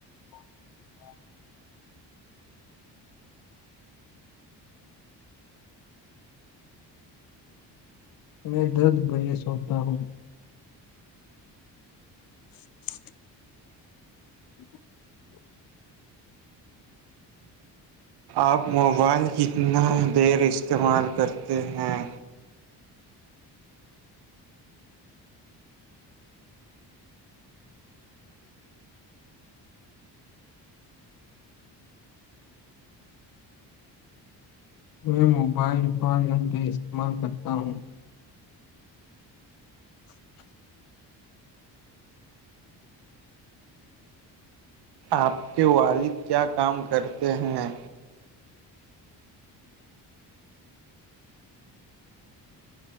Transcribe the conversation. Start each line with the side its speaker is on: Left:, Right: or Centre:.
Left: ہ <inaudible> میں درد بجے سونتا ہوں <inaudible> ا <inaudible> جی <inaudible>
Right: آپ موبائل کتنا دیر استعمال کرتے ہیں
Left: میں موبائل پچ گن پہ استعمال کرتا ہوں <inaudible> <inaudible>
Right: آپ کے والد کیا کام کرتے ہیں